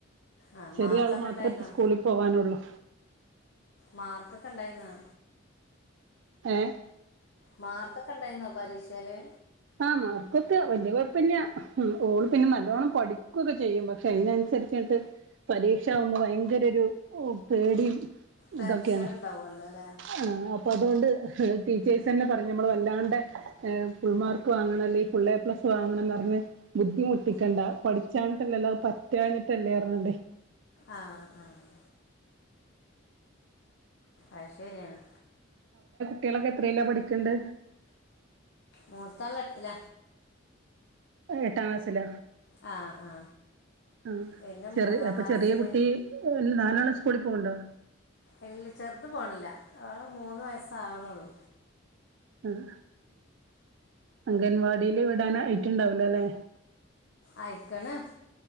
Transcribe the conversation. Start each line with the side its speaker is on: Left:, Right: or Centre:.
Left: ആ
Right: ചെറിയാള്
Left: മാർക്കൊക്കെ
Right: മാത്രേപ്പ
Left: ഉണ്ടായിരുന്നോ
Right: സ്കൂളി പോവാനുള്ളു
Left: മാർക്കൊക്കെണ്ടായിര്ന്നാ
Right: ഏഹ്
Left: മാർക്കൊക്കെ ഇണ്ടായിര്ന്നോ പരീക്ഷേല്
Right: ആഹ് മാർക്കൊക്കെ വല്യ കുഴപ്പല്ല. ഓള് പിന്നെ നല്ലോണ്ണം പഠിക്കൊക്കെ ചെയ്യും പക്ഷെ അയ്നൻസ <unintelligible> പരീക്ഷാകുമ്പോ ഭയങ്കര ഒരു പേടിയും
Left: ടെൻഷൻ
Right: ഇതൊക്കെയാണ്.
Left: ഉണ്ടാവുമല്ലോ അല്ലേ
Right: ആ അപ്പൊ അതുകൊണ്ട് ടീച്ചേഴ്സ് തന്നെ പറഞ്ഞു നമ്മൾ വല്ലാണ്ടെ ഫുൾ മാർ വാങ്ങണം അല്ലെങ്ക പുള്ളയ പ്ലസ് ക്ക് വാങ്ങണം അല്ലെ ഫുൾ എ പ്ലസ് വാങ്ങണം ന്ന് പറഞ് ബുദ്ധിമുട്ടിക്കണ്ട പഠിച്ചാഞ്ഞിട്ടല്ലല്ലൊ പറ്റാഞ്ഞ് ട്ടല്ലേ പറഞ്ഞാണ്ടെ
Left: ആഹ് ആഹ് അത് ശരിയാണ്
Right: കുട്ടിയേളൊക്കെ എത്രേല്ലാ പഠിക്കണ്ട്
Left: മൂത്താള് എട്ടില
Right: എട്ടാം ക്ലാസ്സില
Left: ആ ആ
Right: അഹ്
Left: പിന്നെ
Right: ചെർ
Left: മൂന്നാം
Right: അപ്പൊ
Left: ക്ലാസ്സിൽ
Right: ചെറ്യേ കുട്ടി നാലാള് സ് കൂളി പോവ്ണ്ടോ
Left: ഇല്ല ചെറ്ത് പോണില്ല അത് മൂന്ന് വയസാവ്ണൊള്ളു
Right: ആഹ് അംഗൻവാടിയില് വിടാൻ ആയിട്ട്ണ്ടാവൂല ലേ
Left: ആയിക്ക്ണ്